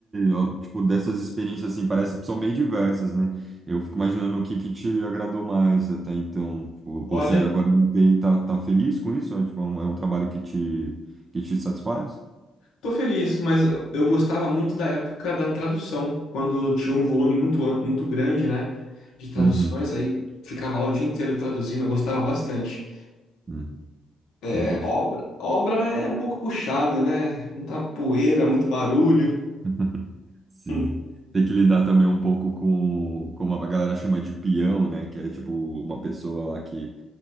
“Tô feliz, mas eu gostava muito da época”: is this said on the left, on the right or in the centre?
Left